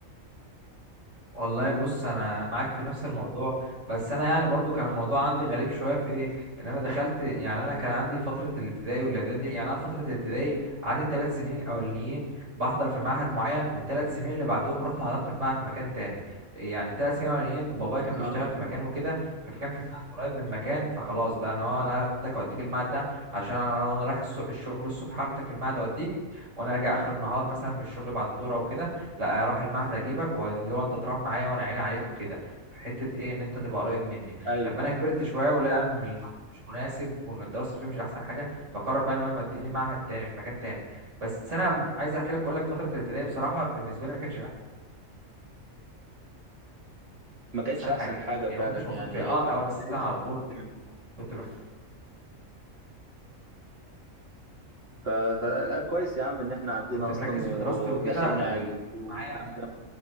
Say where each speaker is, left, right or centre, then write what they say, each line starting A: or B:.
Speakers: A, on the right; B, on the right.
A: والله بص انا انا معاك في نفس الموضوع بس انا يعني برضو كان الموضوع عندي غريب شويه في ايه ان انا دخلت يعني انا كان عندي فتره الابتدائي والاعدادي يعني انا فتره الابتدائي قعدت الثلاث سنين الاولانيين بحضر في معهد معين والثلاث سنين اللي بعدهم رحت حضرت في معهد في مكان تاني يعني الثلاث سنين الاولانيين بابايا كان
B: اه
A: بيشتغل في مكان وكده فكان في معهد قريب من مكان فخلاص بقى انا هو انا هاخدك اوديك المعهد ده عشان انا أنا رايح السو- الشغل الصبح هاخدك المعهد اوديك وانا راجع اخر النهار مثلا من الشغل بعد الدوره وكده لا اروح المعهد اجيبك واللي هو انت تروح معايا وانا عيني عليك وكده في حته ايه ان انت تبقى قريب مني
B: ايوه
A: لما انا
B: أيوة.
A: كبرت شويه ولقى إن المعهد مش مناسب وان الدراسه فيه مش احسن حاجه فقرر بقى ان هو يمديني معهد تاني في مكان تاني بس انا عايز احكي لك اقول لك فتره الابتدائي بصراحه بالنسبه لي ما كانتش
B: ما كانتش
A: احسن
B: أحسن
A: حاجه
B: حاجة
A: يعني ما
B: فعلا
A: كنتش مبسوط
B: يعني
A: فيها اه الاول مثلا
B: كانت
A: على طول
B: رخمة جامد.
A: كنت مر-
B: ف... فكويس يا عم إن إحنا عدينا
A: كنت مركز
B: أصلا ودخلنا
A: في دراستي وكده ومعايا
B: إعدادي والكلام ده